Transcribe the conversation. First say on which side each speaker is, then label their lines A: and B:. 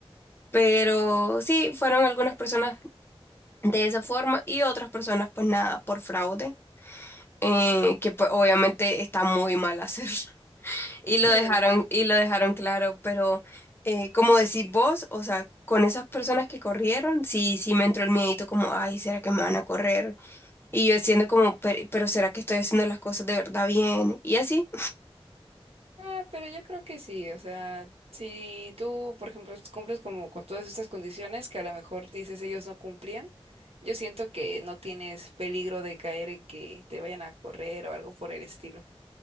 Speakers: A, on the left; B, on the right.
A: Pero sí, fueron algunas personas de esa forma y otras personas, pues nada, por fraude, eh, que pues obviamente está muy mal <laughs> hacerlo. Y lo
B: Sí,
A: dejaron,
B: no.
A: y lo dejaron claro, pero eh, como decís vos, o sea, con esas personas que corrieron, sí, sí me entró el miedito como, ay, ¿será que me van a correr? Y yo siendo como, "Pe- pero, ¿será que estoy haciendo las cosas de verdad bien? Y así.
B: Ah, pero yo creo que sí, o sea, si tú, por ejemplo, cumples como con todas estas condiciones que a lo mejor dices ellos no cumplían, yo siento que no tienes peligro de caer en que te vayan a correr o algo por el estilo.